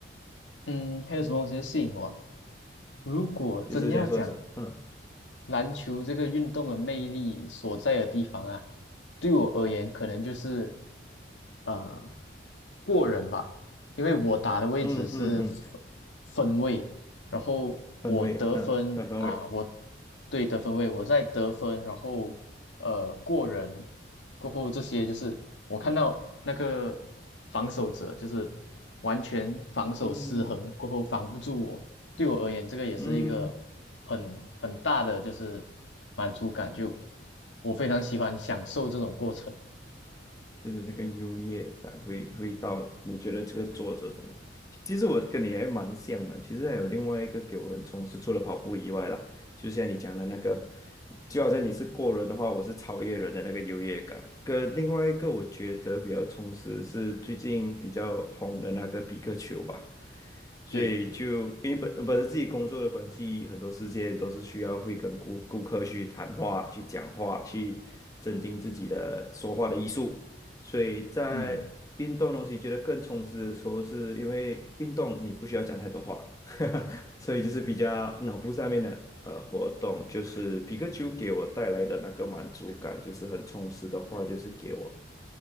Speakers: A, on the left; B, on the left.
A: 嗯，还有什么东西吸引我？如果真要讲
B: 就是解说者，嗯
A: 篮球这个运动的魅力所在的地方啊，对我而言可能就是呃过人吧，因为我打的位置是分
B: 嗯嗯嗯，
A: 分位，然后我得分啊，
B: 氛围，嗯的氛围，
A: 我对得分位，我在得分，然后呃过人过后这些就是我看到那个防守者就是完全防守失衡过后防不住我。
B: 嗯
A: 对我而言，这个也是一个很很大的就是
B: 嗯，
A: 满足感，就我非常喜欢享受这种过程。
B: 就是那个优越感会会到你觉得这个作者很，其实我跟你还蛮像的，其实还有另外一个给我很充实，除了跑步以外啦，就像你讲的那个，就好像你是过人的话，我是超越人的那个优越感，跟另外一个我觉得比较充实是最近比较红的那个比克球吧。所以就因为本本身自己工作的关系，
A: 对，
B: 很多事件都是需要会跟顾顾客去谈话、去讲话、去增进自己的说话的艺术。所以在运动东西觉得更充实的时候，
A: 嗯，
B: 是因为运动你不需要讲太多话，<laughs> 所以就是比较脑部上面的呃活动，就是皮克丘给我带来的那个满足感，就是很充实的话，就是给我。